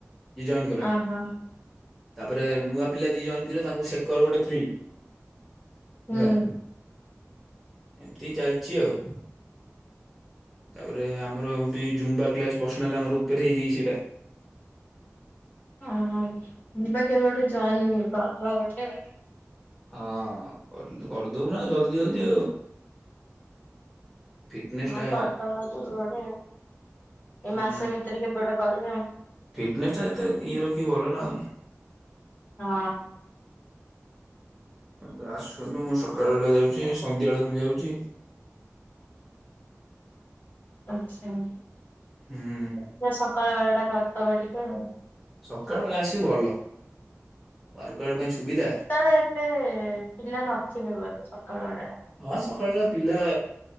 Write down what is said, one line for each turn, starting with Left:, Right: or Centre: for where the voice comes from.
Centre: ଏ ଜଏନ୍ କଲା।
Left: ଓହୋ
Centre: ତାପରେ ନୂଆ ପିଲା ଯିଏ ଜଏନ କରିବ ତାଙ୍କୁ ସେକର ଗୋଟେ ଫ୍ରୀ। ହେଲା
Left: ହୁଁ
Centre: ଏମିତି ଚାଲିଛି ଆଉ। ତାପରେ ଆମରବି ଜୁମ୍ବା କ୍ଲାସ ପର୍ସନାଲ ଆମର ଉପରେ ହେଇଯାଇଛି ସେଇଟା
Left: ଓ ଯିବା କେବେ ଗୋଟେ ଜଏନ କ-କରିଦେବ।
Centre: ହଁ କ-କରିଦବୁ ନା ଜଲଦି ଜଲଦି। ଫିଟନେସ୍
Left: ହଁ
Centre: ଟା।
Left: କରିଦବା କେବେ ଗୋଟେ ଏଇ
Centre: ହୁଁ
Left: ମାସ ଭିତରେ କେବେ ଗୋଟେ କରିବା
Centre: ଫିଟନେସ ଟା ଯେତେ ଇଏ ରଖିବୁ ଭଲ ନା।
Left: ହଁ।
Centre: ହ ଆସୁନୁ ମୁଁ ସକାଳ ଓଳା ଯାଉଛି ସନ୍ଧ୍ୟା ବେଳକୁ ମୁଁ ଯାଉଛି।
Left: ଆଛା ଦେଖିବା
Centre: ହୁଁ।
Left: ସକାଳ ବେଳଟା କରିଦବା ଟିକେ ଆଉ
Centre: ସକାଳ ବେଳେ ଆସିବୁ ଭଲ ୱାର୍କ ଆଉଟ ପାଇଁ ସୁବିଧା
Left: ସେତେବେଳେ ଏତେ ପିଲା ନଥିବେ ବୋଧେ ସକାଳ ଓଳା।
Centre: ହଁ ସକାଳ ପିଲା